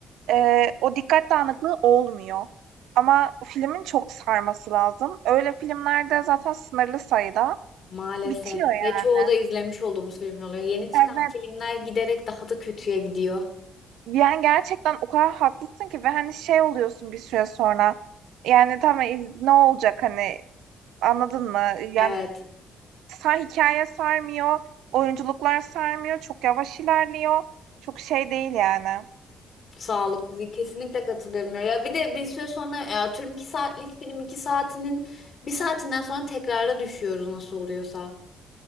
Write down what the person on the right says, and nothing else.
e, o dikkat dağınıklığı olmuyor. Ama filmin çok sarması lazım. Öyle filmlerde zaten sınırlı sayıda
bitiyor yani.
Evet.
Yani gerçekten o kadar haklısın ki ve hani şey oluyorsun bir süre sonra. Yani tamam iz- ne olacak hani anladın mı? Yani
sa hikaye sarmıyor, oyunculuklar sarmıyor, çok yavaş ilerliyor. Çok şey değil yani.